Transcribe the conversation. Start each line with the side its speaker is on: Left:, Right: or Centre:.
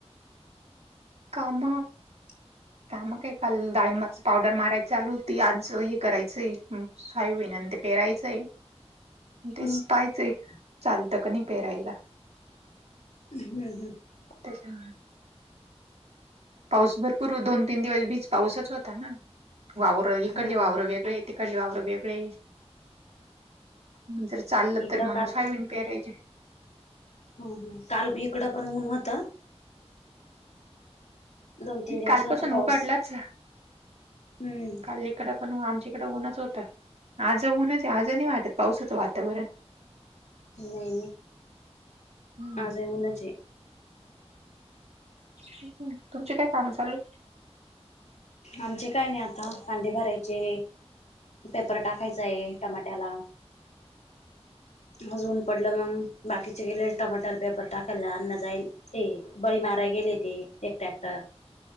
Right: काम
Left: <unintelligible>
Right: का मग का काल डाळंबाच पावडर माराय चालू होती आज हे करायचं स्यबहिनं ते पेरायचंय तेच
Left: हम्म
Right: पाहायचंय चालतं क नाही पेरायला.
Left: हम्म हम्
Right: च्या पाऊस भरपूर दोन तीन दिवस बीज पाऊसच होता ना. वावरं इकडले
Left: हम्म
Right: वावरं वेगळे तिकडले वावरं वेगळे. जर चालल
Left: इकडं
Right: तर मग
Left: काल
Right: सायबन पेरायचे
Left: हो ह काल इकडं पण ऊन होतं. दोन तीन दिवस
Right: कालपासून
Left: होता पाऊस
Right: उघडलाच
Left: हम्म
Right: काल इकड. पण आमच्याकडें ऊनच होत आज ऊनच आहे. आज नाही वाटत पावसाचं वातावरण
Left: नाही नाही
Right: हम्म.
Left: आज येऊनच आहे.
Right: ् तुमची काय काम चालू
Left: आमचे काय नाही. आता कांदे भरायचे. पेपर टाकायचाय टमाट्याला अजून पडलं मग बाकीचे गेले टमाटर पेपर टाकायला अन्न जाईल ए बळी मारायला गेले ते एक टॅक्टर.